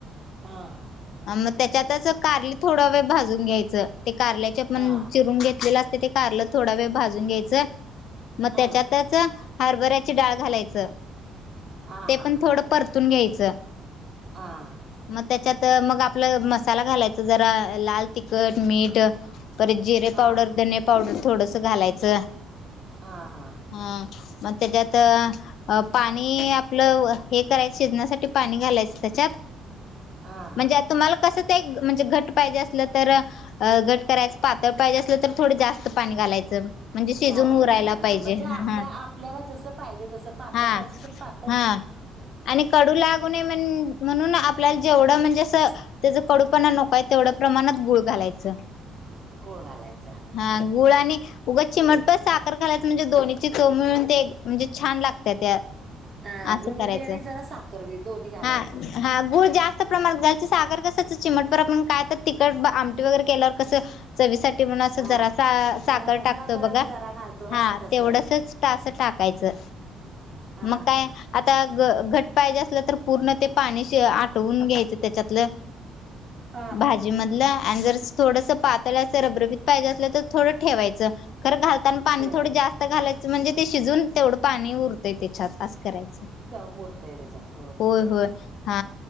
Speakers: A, on the right; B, on the left.
A: हा
B: आण म त्याच्यातच कारली थोडा वेळ भाजून घ्यायचं. ते कारल्याचे पण
A: हा हा
B: चिरून घेतलेलं अस ते कारलं थोडा वेळ भाजून घ्यायचं. म
A: हा
B: त्याच्यातच हरभऱ्याची डाळ घालायचं.
A: हा
B: ते
A: हा
B: पण थोडं पर तून घ्यायचं.
A: हा.
B: मग त्याच्यात मग आपलं मसाला घालायचं जरा लाल तिखट, मीठ. परत जिरे
A: हा
B: पावडर धने पावड थोडसं घालायचं.
A: हा हा.
B: ह मग, त्याच्यात पाणी आपलं हे करायच शिजण्यासाठी पाणी घालायचं त्याच्यात
A: हा
B: म्हणजे
A: हा
B: आता तुम्हाला कस? एक म्हणजे घट पाहिजे असलं, तर घट करायचं पातळ पाहिजे असलं तर थोड जास्त पाणी घालायचं म्हणजे शिजून
A: घालायच
B: उरायला
A: ह
B: पाहिजे
A: म्हणजे आपल्या
B: हा
A: आपल्याला जस पाहिजे तस पातळ
B: हा
A: पाहिजे पात
B: हा आणि कडू लागू नये म्हण म्हणून आपल्याला जेवढं म्हणजे अस <unintelligible> त्याच कडूपणा नकोय तेवढ्या प्रमाणात गुळ घालायचं
A: गुळ घालायचं
B: हा, गुळा आणि उगा चिमटपण साखर घालायचं म्हणजे दोन्हीची चव मिळून ते म्हणजे छान लागतय त्या
A: हं
B: असं
A: गुळ
B: करायचं
A: बी आणि जरा साखर बी दोन्ही घालायचं
B: हा हा गुळ जास्त प्रमाणात घ्याची साखर कस चिमटपर आपण काय तर तिकट आमटी वगैरे केल्यावर कसं चवी साठी म्हणून
A: हा
B: जरा साखर
A: न
B: टाकतो
A: न कळत
B: बघा
A: जरा घालतो
B: हा
A: तस
B: तेवढच अस टाक कायचं
A: हा
B: मग काय,
A: हा
B: आता घट्ट पाहिजे असलं तर पूर्ण ते पाणी आठवून घ्यायचं त्याच्यातलं
A: हा
B: भाजीमधलं
A: हा
B: आणि जर थोडसं पातळचं रबरबीत पाहिजे असलं तर थोडं ठेवायचं खरं घालताना पाणी
A: ठेवायचं
B: थोडं जास्त घालायच म्हणजे ते शिजून तेवढं पाणी उरतंय त्याच्यात करायचं,
A: क मुरतय त्याच्यात
B: होय होय हा